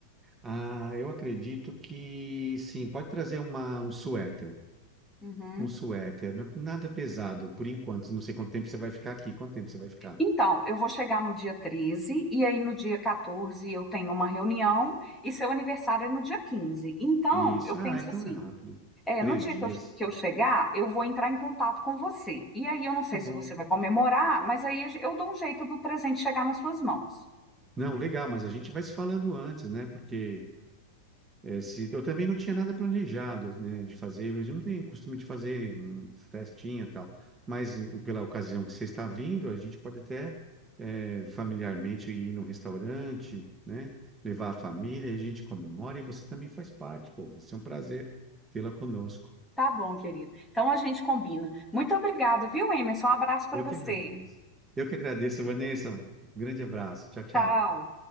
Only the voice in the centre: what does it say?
Uhum.
Então, eu vou chegar no dia 13 e aí no dia 14 eu tenho uma reunião e seu aniversário é no dia quinze, Então,
eu penso
assim,
é,
no dia
que eu, que eu chegar, eu vou entrar em contato com você. E aí eu não sei
se você vai comemorar, mas aí eu dou um jeito do presente chegar nas suas mãos.
Tá bom, querido. Então a gente combina. Muito obrigada, viu, Emerson? Um abraço para
você.
Tchau.